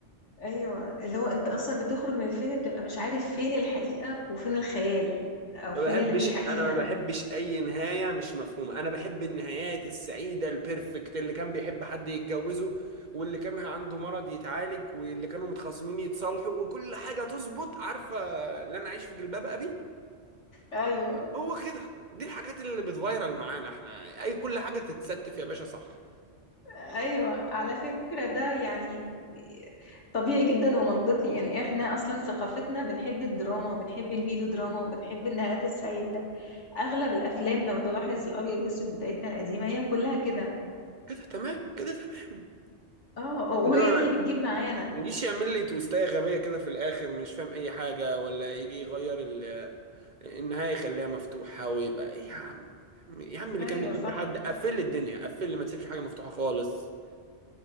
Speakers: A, on the left; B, on the right.
A: ايوه اللي هو انت اصلا بتخرج من الفيلم بتبقى مش عارف فين الحقيقة وفين الخيال او فين
B: ما بحبش
A: اللي مش حقيقة
B: انا ما بحبش اي نهايه مش مفهومه انا بحب النهايات السعيده البيرفكت اللي كان بيحب حد يتجوزه واللي كان عنده مرض يتعالج واللي كانوا متخاصمين يتصالحوا وكل حاجه تظبط عارفه اللي انا عايش في جلباب ابي
A: ايوه
B: هو كده دي الحاجات اللي بتفايرل معانا احنا اي كل حاجه تتستف يا باشا صح
A: ايوه على فكرة ده يعني طبيعي جدا ومنطقي يعني احنا اصلا ثقافتنا بنحب الدراما وبنحب الميلو دراما وبنحب النهايات السعيدة اغلب الافلام لو تلاحظ الابيض والاسود بتاعتنا القديمة هي كلها كده
B: كده تمام كده تمام
A: اه آه، وهي
B: انما
A: دي اللي بتجيب معانا
B: يجيش يعمل لي تويستاية غبية كده في الآخر مش فاهم أي حاجة ولا يجي يغير ال- النهاية يخليها مفتوحة ويبقى إيه يا عم يا عم يا عم اللي
A: ايوه
B: كان بيحب
A: صح
B: حد قفل لي الدنيا قفل لي ما تسيبش حاجة مفتوحة خالص